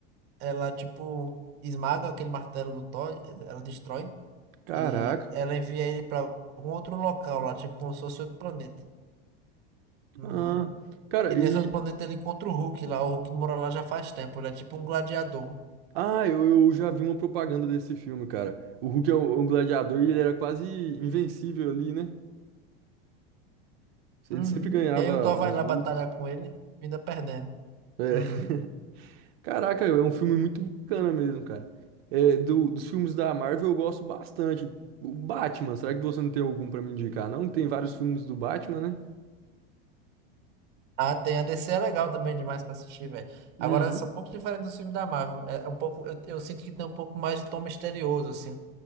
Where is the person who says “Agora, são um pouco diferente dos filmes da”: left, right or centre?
Right